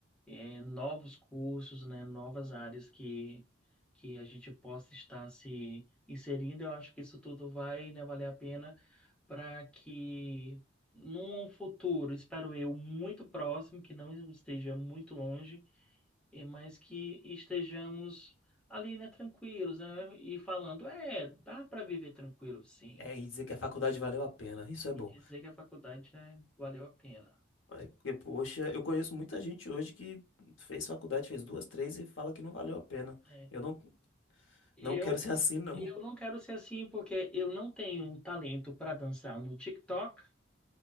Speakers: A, in the centre; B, on the left.
A: eh, novos cursos, né, novas áreas que, que a gente possa estar se inserindo, eu acho que isso tudo vai, né, valer a pena para que num futuro, espero eu, muito próximo, que não esteja muito longe, eh, mas que estejamos ali, né, tranquilos, né, e falando, é, dá para viver tranquilo, sim
B: É, e dizer que a faculdade valeu a pena, isso é
A: e
B: bom.
A: dizer que a faculdade, né, valeu a pena.
B: É, Porque, poxa, eu conheço muita gente hoje que fez faculdade, fez duas, três e fala que não valeu a pena.
A: É.
B: Eu não,
A: Eu,
B: não quero ser assim, não.
A: eu não quero ser assim porque eu não tenho talento para dançar no TikTok,